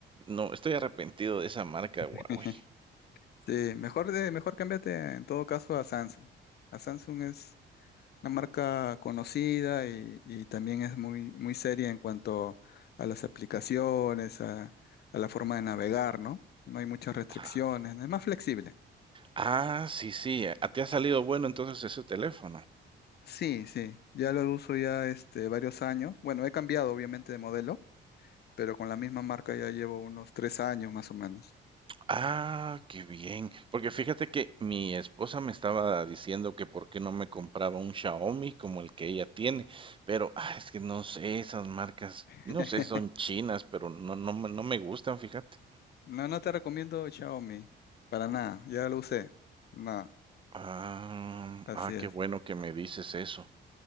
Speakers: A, on the right; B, on the left.
A: no, estoy arrepentido de esa marca
B: <laughs>
A: Huawei.
B: Sí, mejor, de, mejor cámbiate en todo caso a Samsung. A Samsung es una marca conocida y, y también es muy, muy seria en cuanto a las aplicaciones, a, a la forma de navegar, ¿no? No hay muchas restricciones,
A: Ah,
B: es más flexible.
A: ah, sí, sí, a ti ha salido bueno entonces ese teléfono.
B: Sí, sí, ya lo uso ya este, varios años. Bueno, he cambiado obviamente de modelo pero con la misma marca ya llevo unos tres años más o menos.
A: Ah, qué bien. Porque fíjate que mi esposa me estaba diciendo que por qué no me compraba un Xiaomi como el que ella tiene, pero ah, es que no sé, esas marcas,
B: <laughs>
A: no sé, son chinas, pero no, no, me- no me gustan, fíjate.
B: No, no te recomiendo Xiaomi, para nada, ya lo usé, nada,
A: Ah,
B: así
A: ah,
B: es.
A: qué bueno que me dices eso.